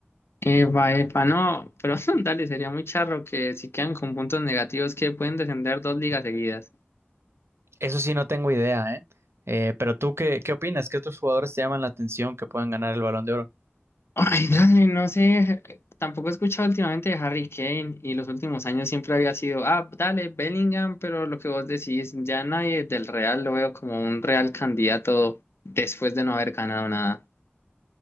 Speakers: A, on the left; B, on the right.
A: Epa, epa, no, pero <laughs> dale, sería muy charro que si quedan con puntos negativos que pueden descender dos ligas seguidas.
B: Eso sí, no tengo idea, ¿eh? Eh, pero tú, ¿qué, qué opinas? ¿Qué otros jugadores te llaman la atención que puedan ganar el Balón de Oro?
A: Ay, dale, no sé, tampoco he escuchado últimamente de Harry Kane y los últimos años siempre había sido, ah, dale, Bellingham, pero lo que vos decís, ya nadie del Real lo veo como un real candidato después de no haber ganado nada.